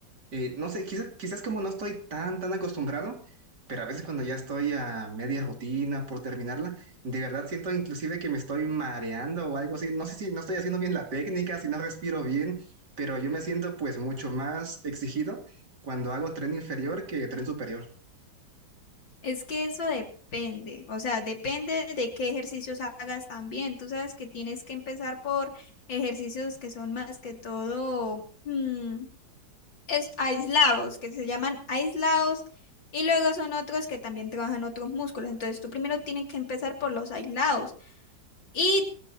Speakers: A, on the right (about 60°); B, on the left (about 80°).
A: Eh, no sé, quizás, quizás como no estoy tan, tan acostumbrado, pero a veces cuando ya estoy a media rutina por terminarla, de verdad siento inclusive que me estoy mareando o algo así. No sé si no estoy haciendo bien la técnica, si no respiro bien, pero yo me siento pues mucho más exigido cuando hago tren inferior que tren superior.
B: Es que eso depende, o sea, depende de qué ejercicios hagas también. Tú sabes que tienes que empezar por ejercicios que son más que todo mm, es, aislados, que se llaman aislados, y luego son otros que también trabajan otros músculos. Entonces, tú primero tienes que empezar por los aislados. Y